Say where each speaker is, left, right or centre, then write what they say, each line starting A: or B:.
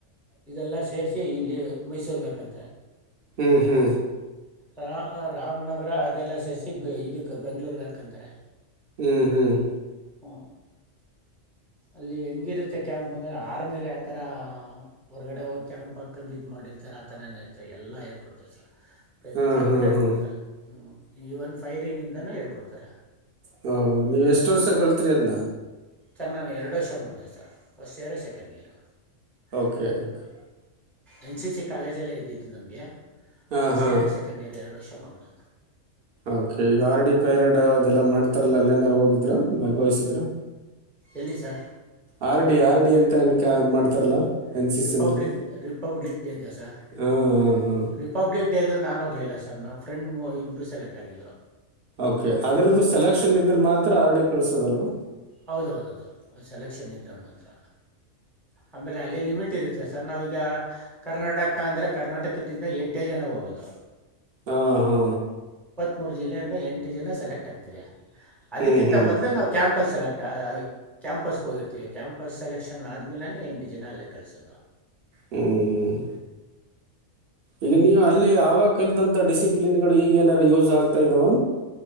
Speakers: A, in the centre; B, on the right (about 55°).
A: ಇದೆಲ್ಲ ಸೇರ್ಸಿ ಇಲ್ಲಿ ಮೈಸೂರ್ಗ್ ಹಾಕೊಂತಾರೆ.
B: ಹ್ಮ್ ಹ್ಮ್.
A: ರಾ ಆ ರಾಮನಗರ ಅದೆಲ್ಲ ಸೇರ್ಸಿ ಇದಕ್ಕೆ ಬೆಂಗ್ಳೂರ್ಗ್ ಹಾಕಂತಾರೆ.
B: ಹ್ಮ್ ಹ್ಮ್.
A: ಹಾ. ಅಲ್ಲಿ ಹೆಂಗಿರುತ್ತೆ ಕ್ಯಾಂಪ್ ಅಂದ್ರೆ ಆರ್ಮಿಲಿ ಯಾತರ ಹೊರ್ಗಡೆ ಹೋಗಿ ಕ್ಯಾಂಪ್ ಹಾಕೊಂಡ ಇದ್ ಮಾಡ್ ಇರ್ತಾರೆ ಆತರನೇ ಅಂತೇ ಎಲ್ಲ ಹೇಳ್ಕೊಡ್ತಾರೆ ಸರ್ ಪ್ರತಿಯೊಂದು
B: ಹಾಂ ಹಾಂ
A: ಹೇಳ್ಕೊಡ್ತಾರೆ
B: ಹಾಂ
A: ಹೂಂ. ಈವನ್ ಫೈರಿಂಗಿಂದಾನೂ ಹೇಳ್ಕೊಡ್ತಾರೆ.
B: ಹ್ಮ್ ನೀವ್ ಎಷ್ಟ್ ವರ್ಷ ಕಲ್ತ್ರಿ ಅದನ್ನ.
A: ಸರ್ ನಾನು ಎರಡು ವರ್ಷ ಮಾಡಿದೆೆ sir first year second year.
B: Okay okay
A: N C C ಕಾಲೇಜಲ್ಲೇ ಇದ್ದಿದ್ದು ನಮಗೆ
B: ಹಾಂ
A: ಫಸ್ಟ್
B: ಹಾಂ
A: ಇಯರ್ ಸೆಕೆಂಡ್ ಇಯರ್ ಎರಡು ವರ್ಷ ಮಾಡ್ದೇ.
B: ಓಕೆ ಈಗ ಆರ್ಡಿ ಪೇರೇಡ್ ಅದೆಲ್ಲ ಮಾಡ್ತಾರಲ್ಲಲ್ಲೇನಾರು ಹೋಗಿದ್ರಾ ಭಾಗವಹಿಸಿದ್ರಾ.
A: ಎಲ್ಲಿ sir.
B: R D R D ಅಂತ ಏನ ಕ್ಯಾ ಇದ್ ಮಾಡ್ತಾರಲ್ಲ. ಎನ್ ಸಿ
A: ರಿಪಬ್ಲಿಕ್
B: ಸಿನಲ್ಲಿ
A: ರಿಪಬ್ಲಿಕ್ ಡೇ ದ ಸರ್
B: ಹಾಂ ಹಾಂ ಹಾಂ
A: ರಿಪಬ್ಲಿಕ್ ಡೇ ದು ನಾನು ಆಗ್ಲಿಲ್ಲ ಸರ್ ನನ್ ಫ್ರೆಂಡ್ ಇಬ್ಬರು ಸೆಲೆಕ್ಟ್ ಆಗಿದ್ರು.
B: ಓಕೆ ಅದರದ್ದು ಸೆಲೆಕ್ಷನ್ ಇದ್ರೆ ಮಾತ್ರ ಆರ್ಡಿ ಕಳ್ಸೋದಲ್ವಾ.
A: ಹೌದೌದೌದು ಸೆಲೆಕ್ಷನ್ ಇದ್ರೆ ಮಾತ್ರ ಆಮೇಲೆ ಅಲ್ಲಿ ಲಿಮಿಟ್ ಇರುತ್ ತ್ತೆ ಸರ್ ನಾವೀಗ ಕರ್ನಾಟಕ ಅಂದ್ರೆ ಕರ್ನಾಟಕದಿಂದ ಎಂಟೇ ಜನ ಹೋಗೋದು.
B: ಹಾ ಹಾ.
A: ಮೂರ್ ಜಿಲ್ಲೆಯಿಂದ ಎಂಟು ಜನ ಸೆಲೆಕ್ಟ್ ಆಗ್ತಿವಿ ಅದಕ್ಕಿಂತ
B: ಹ್ಞೂ ಹ್ಞೂ ಹ್ಞೂ
A: ಮೊದ್ಲು ನಾವ್ ಕ್ಯಾಂಪಲ್ ಸೆಲೆಕ್ಟ್ ಟ ಕ್ಯಾಂಪಸ್ಗ್ ಹೋಗಿರ್ತೀವಿ ಕ್ಯಾಂಪಸ್ ಸೆಲೆಕ್ಷನ್ ಆದ್ಮೇಲೇನೇ ಎಂಟು ಜನ ಅಲ್ಲೇ ಕಳ್ಸೋದು.
B: ಹ್ಮ್ ಹ್ಮ್. ಈಗ ನೀವು ಅಲ್ಲಿ ಆವಾಗ ಕಲಿತಂಥ ಡಿಸಿಪ್ಲಿನ್ಗಳು ಈಗ ಏನಾರೂ ಯೂಸ್ ಆಗ್ತಾ ಇದಾವ.